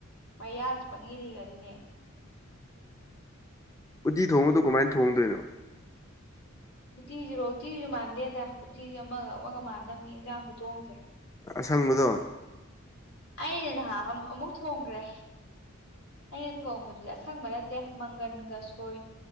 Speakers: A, on the left (about 75°); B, on the left (about 15°).
A: ꯃꯩꯌꯥꯁꯤ ꯄꯪꯍꯤꯗ ꯍꯤꯒꯠꯂꯤꯅꯦ꯫
B: ꯎꯠꯇꯤ ꯊꯣꯡꯕꯗꯣ ꯀꯃꯥꯏꯟ ꯊꯣꯡꯗꯣꯏꯅꯣ꯫
A: ꯎꯇꯤꯖꯤꯔꯣ ꯎꯇꯤꯁꯤꯖꯨ ꯃꯥꯟꯗꯦꯗ ꯎꯇꯤꯖꯦ ꯑꯃꯥꯒ ꯑꯃꯥꯒ ꯃꯥꯅꯗꯝꯅꯤ ꯏꯟꯖꯥꯡ ꯈꯨꯊꯣꯡꯁꯦ꯫
B: ꯑ ꯑꯁꯪꯕꯗꯣ꯫
A: ꯑꯩꯅ ꯅꯍꯥꯟ ꯑꯝ ꯑꯃꯨꯛ ꯊꯣꯡꯒ꯭ꯔꯦ꯫ ꯑꯩꯅ ꯊꯣꯡꯕꯗꯨꯗꯤ ꯑꯁꯪꯕ ꯅꯠꯇꯦ ꯃꯪꯒꯟꯒ ꯁꯣꯏ